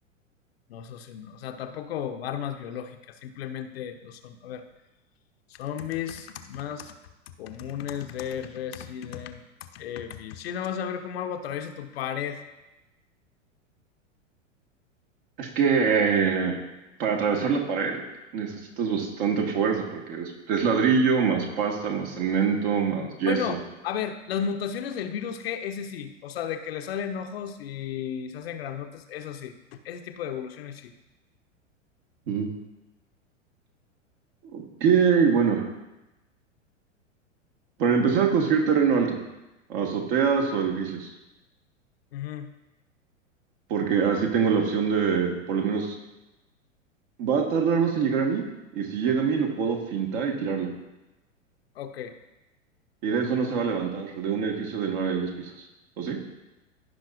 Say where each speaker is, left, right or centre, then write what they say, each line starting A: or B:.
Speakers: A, on the left; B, on the right.
A: No, eso sí, no. O sea, tampoco armas biológicas, simplemente lo son. A ver, zombies más comunes de Resident Evil. Sí, no vas a ver cómo algo atraviesa tu pared.
B: Es que eh, para atravesar la pared necesitas bastante fuerza porque es, es ladrillo, más pasta, más cemento, más yeso.
A: Bueno, a ver, las mutaciones del virus G, ese sí. O sea, de que le salen ojos y se hacen grandotes, eso sí. Ese tipo de evoluciones sí.
B: Ujú. Ok, bueno, para empezar construir terreno alto, azoteas o edificios,
A: Ujú,
B: porque así tengo la opción de por lo menos Va a tardar más en llegar a mí, y si llega a mí lo puedo fintar y tirarlo.
A: Ok.
B: Y de eso no se va a levantar, de un edificio de nueve a diez pisos, ¿o sí?